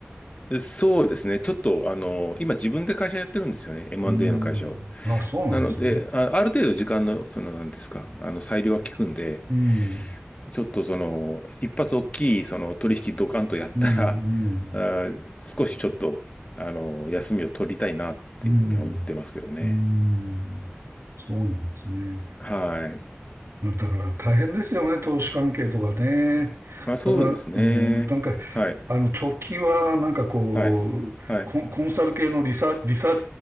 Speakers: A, on the left; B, on the right.
A: でそうですね。ちょっと、あの、今自分で会社やってるんですよね。M&A
B: うん。
A: の会社を。
B: あ、そうなんですね。
A: なので、あ、ある程度時間の、その、なんですか、あの、裁量は効くんで、
B: うん。
A: ちょっとその、一発大きいその取引ドカンとやったら、
B: うん、うん、
A: あー少しちょっと、あの、休みを取りたいなっていうふうには思ってますけどね。
B: うん、うん。そうなんですね。
A: はい。
B: だから大変ですよね、投資関係とかね。
A: まあそうですね。
B: だから、うん、なんか、
A: はい。
B: あの、直近は、なんかこう、
A: はい。はい。
B: コン、コンサル系のリサ、リサー